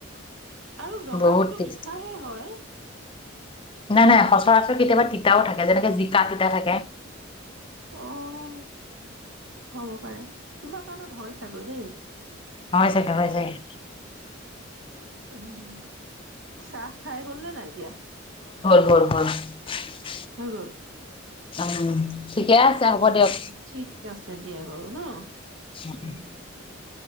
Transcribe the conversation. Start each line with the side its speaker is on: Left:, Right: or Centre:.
Right: আৰু জহা
Left: বহুত
Right: ভোলটো
Left: টেষ্টি
Right: মিঠাহে হয়।
Left: নাই, নাই সচৰাচৰ কেতিয়াবা তিতাও থাকে যেনেকে জিকা তিতা থাকে।
Right: অ', হ'ব পাৰে। কিবা কাৰণত হয় চাগৈ দেই।
Left: হয় চাগে হয় চাগে।
Right: উম। চাহ খাই হ'ল নে নাই এতিয়া?
Left: <unintelligible>
Right: হৈ গ'ল।
Left: উম। ঠিকে আছে
Right: উম,
Left: হ'ব দিয়ক।
Right: ঠিক আছে দিয়া বাৰু ন।
Left: <unintelligible>
Right: উম।